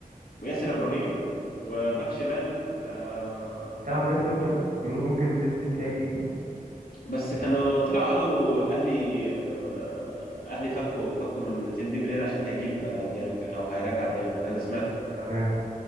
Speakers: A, on the left; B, on the right.
A: وياسر ابراهيم وباك شمال آه
B: هتلعب بياسر
A: وفي
B: ابراهيم
A: مين؟
B: بيقولوا ممكن زين الدين بالعيد يجي
A: بس كانوا طلعوا قالوا الاهلي آه اهلي فكوا فكوا من زين الدين بالعيد عشان هيجيب آه، ديانج او هيرجع ديانج ده اللي سمعته
B: تمام